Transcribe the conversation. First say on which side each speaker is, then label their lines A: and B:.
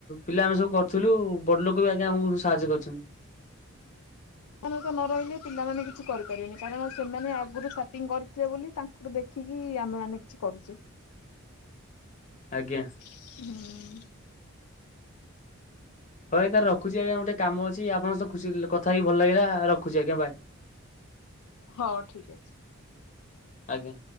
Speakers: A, on the left; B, on the left.
A: ପିଲା ଆମେ ସବୁ କରିୁଥିଲୁ ବଡ ଲୋକ ବି ଆଜ୍ଞା ଆମକୁୁ ସାହାଯ୍ୟ କରିଛନ୍ତି।
B: ପଣତ ନ ରହିଲେ ପିଲାମାନେ କିଛି କରିପାରିବେନି କାରଣ ସେମାନେ ଆଗରୁ ସପିଂ କରିଥିଲେ ବୋଲି ତାଙ୍କୁ ଠୁ ଦେଖିକି ଆମେ ମାନେ କିଛି କରୁଛେ।
A: ଆଜ୍ଞା।
B: ହୁଁ।
A: ହଏ ତାର ରଖୁଛି ଆଜ୍ଞା ଗୋଟେ କାମ ଅଛି ଆପଣଙ୍କ ଖୁସି କଥା ହେଇ ଭଲ ଲାଗିଲା ରଖୁଛି ଆଜ୍ଞା ବାଏ।
B: ହଁ ଠିକ ଅଛି।
A: ଆଜ୍ଞା।